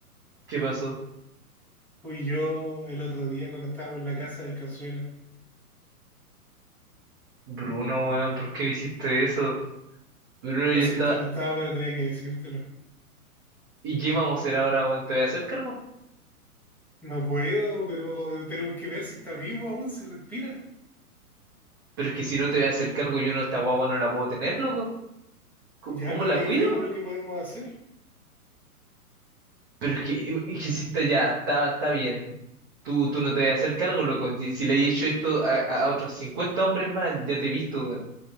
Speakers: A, on the right; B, in the centre.
A: ¿Qué pasó?
B: Fui yo el otro día cuando estábamos en la casa del Cazuela.
A: Bruno, weón, ¿por qué me hiciste eso? Bruno,
B: Lo
A: yo
B: siento,
A: estaba...
B: Gustavo, pero tenía que decírtelo.
A: ¿Y qué vamos a hacer ahora, weón? ¿Te voy a hacer cargo?
B: No puedo, pero tenemos que ver si está vivo aún, si respira.
A: Pero es que si no te voy a hacer cargo, yo no, esta guagua no la puedo tener, loco. ¿Cómo
B: Ya,
A: cómo
B: pero
A: la
B: ahí
A: cuido,
B: vemos
A: güey?
B: lo que podemos hacer.
A: Pero es que, es que si está ya, está, está bien. Tú, tú no te vas a hacer cargo, loco. Si si le he hecho esto a, a otros cincuenta hombres más, ya te he visto, weón.